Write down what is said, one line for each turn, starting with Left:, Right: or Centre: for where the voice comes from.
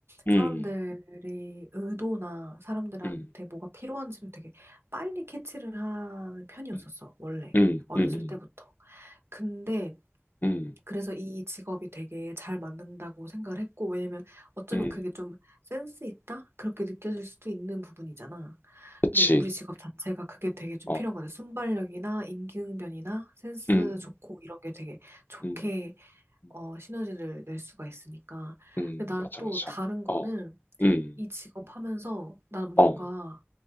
Left: 음.
Right: 사람들의 의도나 사람들한테
Left: 음.
Right: 뭐가 필요한지를 되게 빨리 캐치를 하는 편이었었어,
Left: 음.
Right: 원래.
Left: 음.
Right: 어렸을
Left: 음음. 음.
Right: 때부터. 근데
Left: 음.
Right: 그래서 이 직업이 되게 잘 맞는다고 생각을 했고, 왜냐면 어쩌면
Left: 음.
Right: 그게 좀 센스 있다? 그렇게 느껴질 수도 있는 부분이잖아.
Left: 그치.
Right: 근데 우리 직업 자체가 그게 되게 좀
Left: 어.
Right: 필요한 거같 순발력이나 임기응변이나 센스
Left: 음.
Right: 좋고 이런 게 되게 좋게
Left: 음. 음.
Right: 어, 시너지를 낼 수가 있으니까.
Left: 음
Right: 근데 난
Left: 맞아,
Right: 또
Left: 맞아.
Right: 다른 거는
Left: 어. 음.
Right: 이 직업 하면서 난 뭔가
Left: 어.